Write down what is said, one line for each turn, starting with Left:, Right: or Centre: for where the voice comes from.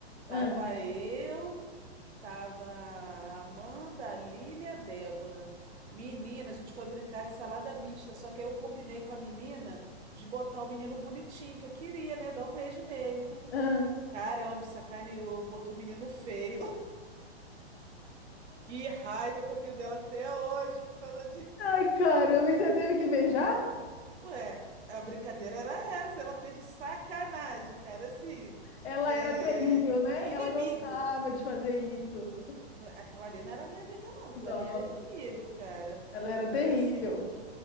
Right: Tava
Left: Ahn,
Right: eu, tava a Amanda, a Aline e a Débora. Menina, a gente foi brincar de salada mista. Só que aí eu combinei com a menina de botar o menino bonitinho que eu queria, né? Dar um beijo nele. Hum.
Left: ahn.
Right: Cara, ela me sacaneou, botou o menino feio. Que raiva que eu tenho dela até hoje por causa disso.
Left: Ai, caramba, e você teve que beijar?
Right: <laughs> Ué, a brincadeira era essa, ela fez de sacanagem, cara, assim,
Left: Ela
Right: é,
Left: era terrível, né?
Right: inimigo.
Left: Ela gostava de fazer isso.
Right: Não- é, Aquela ali não era minha amiga, não, aquela
Left: Nossa,
Right: ali era inimigo, cara.
Left: ela era
Right: Mas
Left: terrível.
Right: assim.